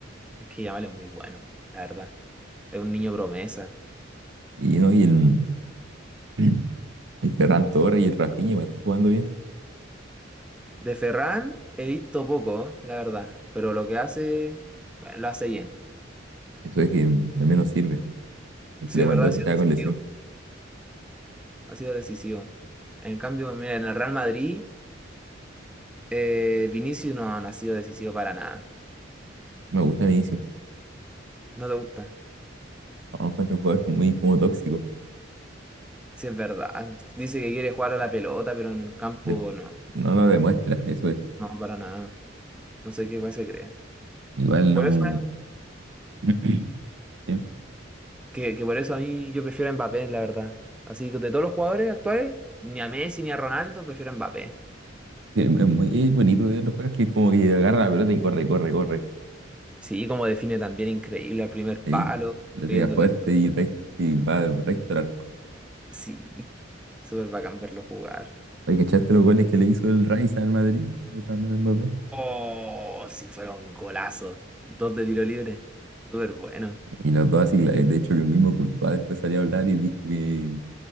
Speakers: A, in the centre; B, on the right.
A: Es que Yamal es muy bueno, la verdad. Es un niño promesa.
B: Y, ¿no? y el, <clears throat> el Ferran Torres y el Rafinha igual están jugando bien.
A: De Ferran he visto poco, la verdad, pero lo que hace, bueno, lo hace bien.
B: Eso es que mm, al menos sirve. Porque
A: Sí,
B: Lewandowski
A: de verdad ha sido
B: estaba
A: decisivo.
B: con lesión.
A: Ha sido decisivo. En cambio, mira, en el Real Madrid, eh, Vinicius no, no ha sido decisivo para nada.
B: Me gusta Vinicius.
A: No te gusta.
B: No, encuentro un jugador que es muy como tóxico.
A: Sí, es verdad. Dice que quiere jugar a la pelota, pero en el campo
B: De-
A: no,
B: no lo demuestra, eso es.
A: no, para nada. No sé qué weá se cree.
B: Igual
A: Por
B: no.
A: eso,
B: <clears throat> Es
A: que, que por eso a mí yo prefiero a Mbappé, la verdad. Así que de todos los jugadores actuales, ni a Messi ni a Ronaldo, prefiero a Mbappé.
B: es muy bonito ver los jugadores que como que agarra la pelota y corre, corre, corre.
A: Sí, como define también increíble al primer
B: Sí,
A: palo,
B: le
A: creyendo
B: pega fuerte
A: que
B: y, rec- y va recto al arco.
A: sí, súper bacán verlo jugar.
B: Oye, ¿cachaste los goles que le hizo el Rice al Madrid? Le estaba hablando de Mbappé.
A: Oh, si fuera un golazo. Dos de tiro libre. Súper bueno.
B: Y los dos así, de hecho que el mismo Courtois después salió a hablar y dijo que